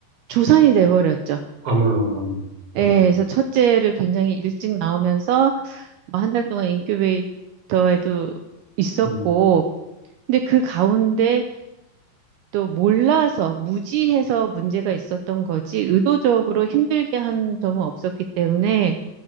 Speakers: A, on the right; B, on the right.
A: 조산이 돼버렸죠.
B: 아마, 그럼.
A: 예, 그래서 첫째를 굉장히 일찍 나오면서 한 달 동안 인큐베이터에도 있었고
B: 음.
A: 근데 그 가운데 또 몰라서 무지해서 문제가 있었던 거지 의도적으로 힘들게 한 점은 없었기 때문에